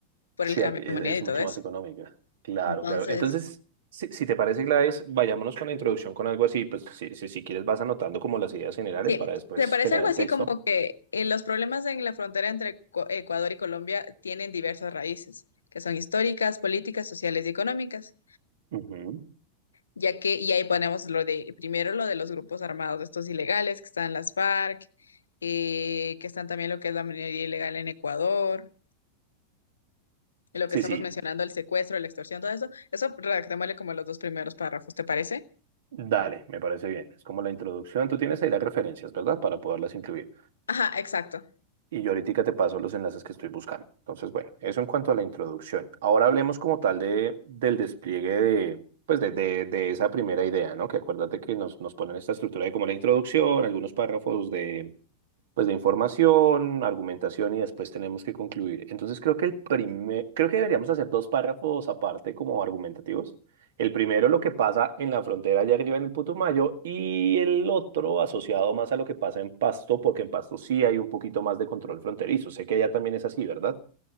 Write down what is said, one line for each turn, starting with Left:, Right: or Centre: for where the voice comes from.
Left: por
Right: Sí,
Left: el cambio
Right: aquí es,
Left: de moneda
Right: es
Left: y
Right: mucho
Left: todo eso.
Right: más económica. Claro,
Left: Entonces,
Right: claro. Entonces, si, si te parece, Gladys, vayámonos con la introducción con algo así. Pues si, si, si quieres vas anotando como las ideas generales
Left: sí,
Right: para después
Left: me parece
Right: generar
Left: algo
Right: el
Left: así
Right: texto.
Left: como que eh, los problemas en la frontera entre Co- Ecuador y Colombia tienen diversas raíces, que son históricas, políticas, sociales y económicas.
Right: Ujú.
Left: ya que, y ahí ponemos lo de, primero lo de los grupos armados, estos ilegales que están las FARC, eh, que están también lo que es la minería ilegal en Ecuador, y lo
Right: Sí,
Left: que estamos
Right: sí,
Left: mencionando, el secuestro, la extorsión, todo eso, eso redactémosle como los dos primeros párrafos, ¿te parece?
Right: dale, me parece bien. Es como la introducción. Tú tienes ahí las referencias, ¿verdad? Para poderlas incluir.
Left: Ajá, exacto.
Right: Y yo ahorita te paso los enlaces que estoy buscando. Entonces, bueno, eso en cuanto a la introducción. Ahora hablemos como tal de, del despliegue de... Pues de, de, de esa primera idea, ¿no? Que acuérdate que nos, nos ponen esta estructura de como la introducción, algunos párrafos de, pues de información, argumentación y después tenemos que concluir. Entonces creo que el primer, creo que deberíamos hacer dos párrafos aparte como argumentativos. El primero lo que pasa en la frontera allá arriba en el Putumayo y el otro asociado más a lo que pasa en Pasto, porque en Pasto sí hay un poquito más de control fronterizo. Sé que allá también es así, ¿verdad?